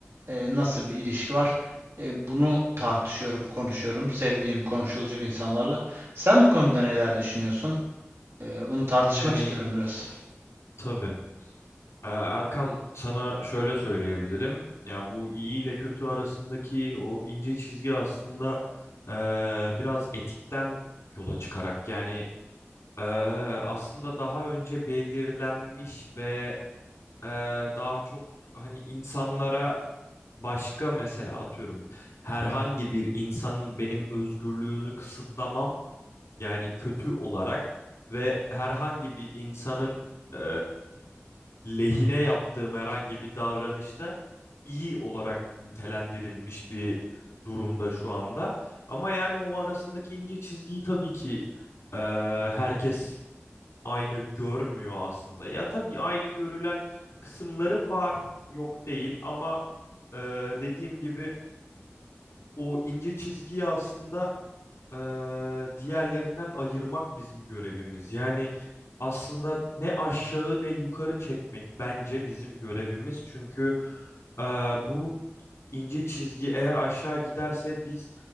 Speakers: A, on the right; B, on the left.
A: e, nasıl bir ilişki var? E, bunu tartışıyorum, konuşuyorum. Sevdiğim, konuşulacak insanlarla. Sen bu konuda neler düşünüyorsun? E, bunu tartışmak
B: Yani
A: istiyorum biraz.
B: tabii. Ee, Erkan sana şöyle söyleyebilirim. Ya bu iyi ile kötü arasındaki o ince çizgi aslında eee, biraz etikten yola çıkarak yani eee, aslında daha önce belirlenmiş ve eee, daha çok hani insanlara başka mesela atıyorum herhangi bir insanın benim özgürlüğünü kısıtlamam Yani kötü olarak ve herhangi bir insanın eee, lehine yaptığım herhangi bir davranışta iyi olarak nitelendirilmiş bir durumda şu anda. Ama yani o arasındaki ince çizgiyi tabii ki eee, herkes aynı görmüyor aslında. Ya tabii aynı görülen kısımları var, yok değil ama eee, dediğim gibi o ince çizgiyi aslında eee, diğerlerinden ayırmak bizim görevimiz. Yani aslında ne aşağı ne yukarı çekmek bence bizim görevimiz. Çünkü eee, bu ince çizgi eğer aşağı giderse biz